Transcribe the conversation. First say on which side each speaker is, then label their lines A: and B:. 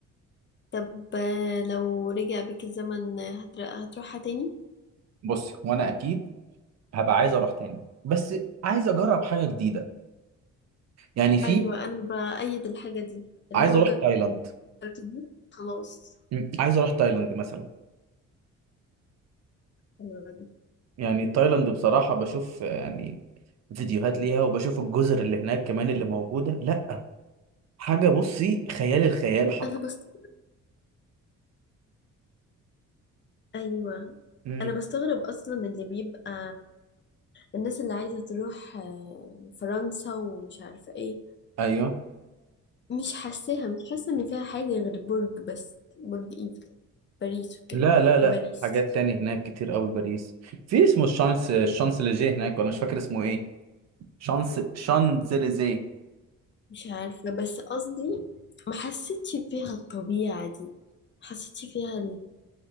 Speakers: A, on the left; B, on the right.
A: طب آه، لو رجع بيك الزمن آه، هتر- هتروحها تاني
B: بص وانا اكيد هبقى عايز اروح تاني بس عايز اجرب حاجه جديده يعني في
A: ايوه انا بأيد الحاجه دي اللي
B: عايز
A: هو
B: اروح مم. تايلاند
A: جربت دي خلاص
B: م، عايز اروح تايلاند مثلا
A: حلوة دي
B: يعني تايلاند بصراحه بشوف يعني فيديوهات ليها وبشوف الجزر اللي هناك كمان اللي موجوده لا حاجه بصي خيال الخيال حرفيا
A: انا بست ايوه
B: م،
A: انا بستغرب اصلا اللي بيبقى الناس اللي عايزه تروح آه، فرنسا ومش عارفه ايه
B: ايوه
A: مش حاساها مش حاسه ان فيها حاجه غير برج بس برج ايفل باريس وكده
B: لا لا
A: في
B: لا
A: باريس
B: في حاجات تاني هناك كتير قوي باريس في اسمه الشانس الشانسليزيه هناك ولا مش فاكر اسمه ايه شانس شانزليزيه
A: مش عارفه بس قصدي ما حسيتش فيها الطبيعه دي ما حسيتش فيها